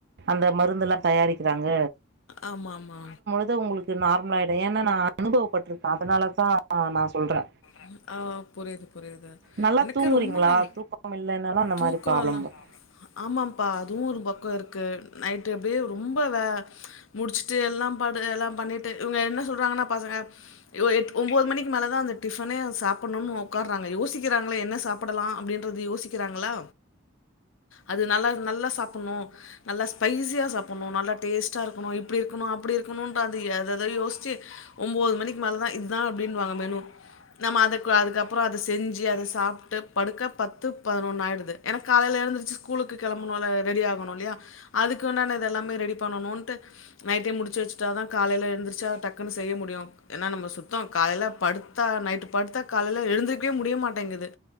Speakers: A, on the right (about 55°); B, on the left (about 75°).
A: அந்த மருந்துலா தயாரிக்கிறாங்க
B: ஆமாம்மா
A: து உங்களுக்கு நார்மல் ஆயிடு ஏன்ன நா அனுபவப்பட்டிருக்கே அதனாலதா நா சொல்றே
B: அ ஆ புரியுது புரியுது
A: நல்லா
B: எனக்கு
A: தூங்குறீங்களா
B: ரொம்ப நாள்
A: தூக்கம் இல்லைனாலு அந்த
B: தூக்கொ
A: மாரி ப்ராப்ளம்
B: எல்லா
A: வரு
B: ஆமாப்பா அதுவு ஒரு பக்கம் இருக்கு நைட்டு அப்டியே ரொம்ப வெ முடிச்சுட்டு எல்லா படு எல்லா பண்ணிட்டு இவங்க என்ன சொல்றாங்கன்னா பசங்க இ வொ எட் ஒன்பது மணிக்கு மேல தா அந்த டிஃபனே சாப்பிடும்னு உக்காறாங்க யோசிக்கிறாங்களே என்ன சா சாப்படலா அப்டின்றது யோசிக்கிறாங்களா அதனால நல்லா சாப்பிடணு நல்லா ஸ்பைசியா சாப்பிடணு நல்லா டேஸ்டா இருக்கணு இப்படி இருக்கணு அப்படி இருக்கணுட்டு அது எதா எதா யோசிச்சு ஒன்பது மணிக்கு மேலதா இதுதா அப்டினுவாங்க மெனு நம்ம அதுக்கு அதுக்கப்புறோ அத செஞ்சு அத சாப்ட்டு படுக்க பத்து பதினொன்னு ஆயிடுது எனக்கு காலையில எழுந்துருச்சு ஸ்கூலுக்கு கெளம்பணும்ல ரெடி ஆகணு இல்லையா அதுக்கு உண்டானத எல்லாமே ரெடி பண்ணனுட் நைட்டே முடிச்சு வச்சுட்டா தா காலையில எந்துருச்சு ச்ச டக்குன்னு செய்ய முடியு ஏன்னா நம்ம சுத்தோ காலையில படுத்தா நைட்டு படுத்தா காலையில எழுந்திருக்கவே முடியமாட்டேங்குது